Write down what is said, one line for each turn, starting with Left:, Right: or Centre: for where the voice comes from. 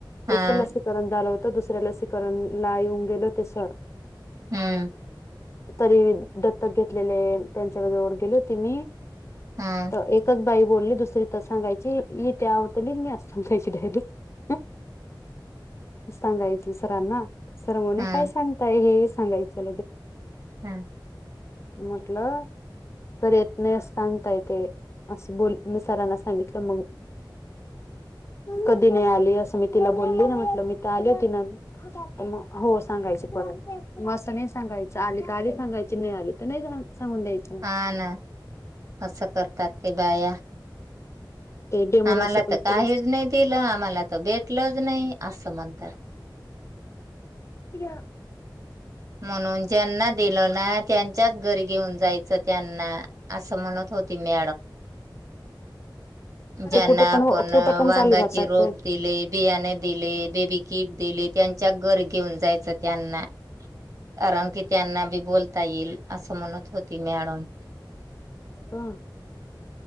Right: हा
Left: एक लस करण झालं होत दुसऱ्या लसीकरण ला येऊन गेले होते सर
Right: हम्म.
Left: तरी दत्तक घेतलेले त्यांच्या <unintelligible> गेले होते मी
Right: हा.
Left: तर एकच बाई बोलली दुसरी तर सांगायची इथे आवतेली मी आज सांगायची डायरेक्ट सांगायची सरांना सर्वने
Right: हम्म
Left: काय सांगताय हे सांगायच त्या
Right: हम्
Left: म्हटलं तर येत नाहीस सांगताय ते असं बोल मी सरांना सांगितलं मग कधी नाही आली असं मी तिला बोलली ना म्हटलं मी तर आली होती ना मग हो सांगायच परत मग असं नाही सांगायचं आली तर आली सांगायची नाही आली तर नाही सांगून द्यायच
Right: हा ना असं करतात ते बाया
Left: ते डेमोरेसी
Right: आम्हाला
Left: पण
Right: तर काहीच
Left: करव
Right: नाही दिलं आम्हाला तर भेटलच नाही असं म्हणतात
Left: <inaudible>
Right: म्हणून ज्यांना दिल ना त्यांच्याच घरी घेऊन जायचं त्यांना असं म्हणत होती मी ज्यांना
Left: ते कुठं पण
Right: आपण
Left: कुठं पण
Right: वा
Left: चालले जातात
Right: रोप
Left: ते
Right: दि बियाणे दिले बेबी किट दिले त्यांच्या घर घेऊन जायचं त्यांना कारण की त्यांना बी बोलता येईल असं म्हणत होती मॅडम
Left: हा